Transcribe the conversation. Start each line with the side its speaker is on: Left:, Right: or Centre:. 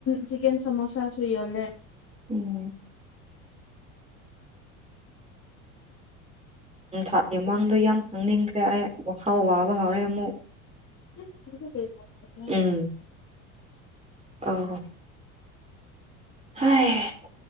Left: ꯆ ꯆꯃꯣꯁꯥ ꯁꯨꯏ ꯑꯂꯦ
Right: ꯎꯝ ꯊꯥꯠꯂꯤ ꯃꯃꯥꯡꯗꯣ ꯌꯥꯝ ꯈꯪꯅꯤꯡꯈ꯭ꯔꯦ ꯑꯩ ꯋꯥꯈꯥꯎ ꯋꯥꯕ ꯍꯧꯔꯦ ꯑꯃꯨꯛ
Left: <unintelligible>
Right: ꯎꯝ ꯑꯣ ꯍ